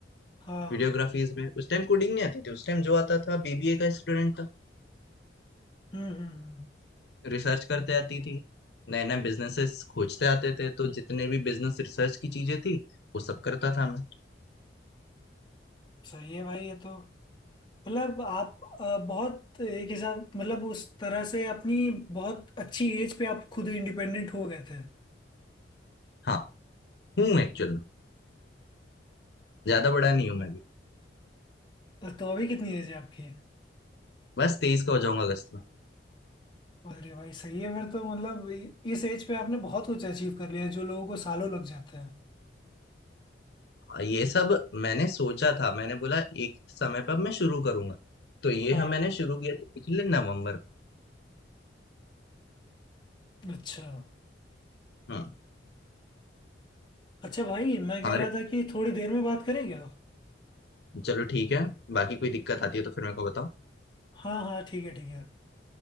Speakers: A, on the left; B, on the left.
A: हाँ हाँ
B: वीडियोग्राफीज में उस टाइम कोडिंग नहीं आती थी उस टाइम जो आता था बीबीए का स्टूडेंट था
A: हम्म हम्म हम्म।
B: रिसर्च करते आती थी नए नए बिजनेसेस खोजते आते थे तो जितने भी बिजनेस रिसर्च की चीजें थी वो सब करता था मैं
A: सही है भाई ये तो मतलब आप अ, बहुत एक हिसाब मतलब उस तरह से अपनी बहुत अच्छी एज पे आप खुद इंडिपेंडेंट हो गए थे
B: हाँ हूँ एक्चुअल में ज्यादा बड़ा नहीं हूँ मैं भी
A: तो अभी कितनी एज है आपकी
B: बस तेईस का हो जाऊंगा अगस्त में
A: अरे भाई सही है फिर तो मतलब इ- इस एज पे आपने बहुत कुछ अचीव कर लिया है जो लोगों को सालों लग जाते हैं
B: ये सब मैंने सोचा था मैंने बोला एक समय पर मैं शुरू करूंगा तो ये
A: हाँ
B: हम मैंने शुरू किया था पिछले नवंबर
A: अच्छा
B: में। हम्म
A: अच्छा भाई मैं कह
B: अरे
A: रहा था कि थोड़ी देर में बात करें क्या
B: चलो ठीक है बाकी कोई दिक्कत आती है तो फिर मेरे को बताओ
A: हाँ हाँ ठीक है ठीक है